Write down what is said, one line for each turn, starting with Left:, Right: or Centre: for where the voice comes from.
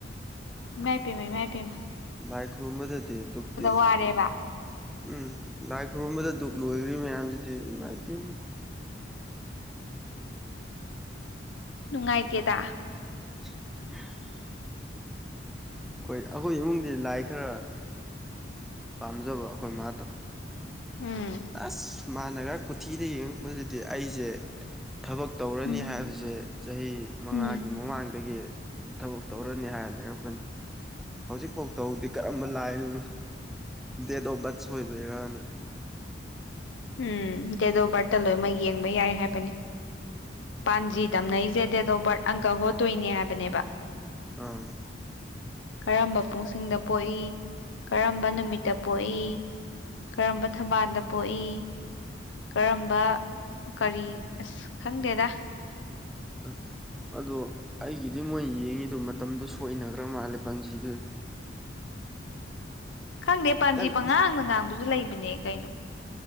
Left: ꯃꯥꯏ ꯄ ꯃꯥꯏ ꯄ
Centre: ꯂꯥꯏ ꯈꯨꯔꯨꯝꯕꯗꯗꯤ ꯗꯨꯛꯇꯤ
Left: ꯋꯥꯔꯦꯕ
Centre: ꯎꯝ ꯂꯥꯏ ꯈꯨꯔꯨꯝꯕꯗ ꯗꯨꯛ ꯂꯣꯏꯈ꯭ꯔꯤ ꯃꯌꯥꯝꯁꯤꯗꯤ ꯏꯃꯥ ꯏꯄꯥꯦ
Left: ꯅꯨꯡꯉꯥꯏꯗꯦꯗ
Centre: <inaudible> ꯍꯣꯏ ꯑꯩꯈꯣꯏ ꯏꯃꯨꯡꯗꯤ ꯂꯥꯏ ꯈꯔ ꯄꯥꯝꯖꯕ ꯑꯩꯈꯣꯏ ꯃꯥꯗꯣ
Left: ꯎꯝ
Centre: ꯑꯁ ꯃꯥꯥꯟꯅꯒ ꯀꯣꯊꯤꯗ ꯌꯦꯡꯉꯛꯄꯁꯤꯗꯤ ꯑꯩꯁꯦ ꯊꯕꯛ ꯇꯧꯔꯅꯤ
Left: ꯎꯝ
Centre: ꯍꯥꯏꯕꯁꯦ ꯆꯍꯤ ꯃꯉꯥꯒꯤ
Left: ꯎꯝ
Centre: ꯃꯃꯥꯡꯗꯒꯤ ꯊꯕꯛ ꯇꯧꯔꯅꯤ ꯍꯥꯏꯔ ꯂꯩꯔꯥꯛꯄꯅꯤ ꯍꯧꯖꯤꯛꯐꯥꯎ ꯇꯕꯨꯗꯤ ꯀꯔꯝꯕ ꯂꯥꯏꯅ ꯗꯦꯠ ꯑꯣꯐ ꯕꯥꯔꯠ ꯁꯣꯏꯕꯩꯔꯥꯅ
Left: ꯎꯝ ꯗꯦꯠ ꯑꫭꯐ ꯕꯥꯠꯇ ꯂꯣꯏꯅꯃꯛ ꯌꯦꯡꯕ ꯌꯥꯏ ꯍꯥꯏꯕꯅꯤ ꯄꯥꯟꯖꯤ ꯇꯝꯅꯔꯤꯁꯦ ꯗꯦꯠ ꯑꯣꯐ ꯕꯥꯔꯠ ꯑꯪꯀ ꯍꯣꯠꯇꯣꯏꯅꯦ ꯍꯥꯏꯕꯅꯦꯕ
Centre: ꯑ
Left: ꯀꯔꯝꯕ ꯄꯨꯡꯁꯤꯡꯗ ꯄꯣꯛꯏ ꯀꯔꯝꯕ ꯅꯨꯃꯤꯠꯇ ꯄꯣꯛꯏ ꯀꯔꯝꯕ ꯊꯝꯕꯥꯜꯗ ꯄꯣꯛꯏ ꯀꯔꯝꯕ ꯀꯔꯤ ꯑꯁ ꯈꯪꯗꯦꯗ
Centre: ꯑꯁ ꯑꯗꯣ ꯑꯩꯒꯤꯗꯤ ꯃꯣꯏ ꯌꯦꯡꯉꯤꯗꯣ ꯃꯇꯝꯗꯨꯣ ꯁꯣꯛꯏꯅꯈ꯭ꯔ ꯃꯥꯜꯂꯦ ꯄꯪꯖꯤꯗꯨ
Left: ꯈꯪꯗꯦ ꯄꯥꯟꯖꯤ
Centre: ꯈꯤꯇꯪ
Left: ꯄꯉꯥꯡꯗ ꯉꯥꯡꯕꯁꯨ ꯂꯩꯕꯅꯦ ꯀꯩꯅꯣ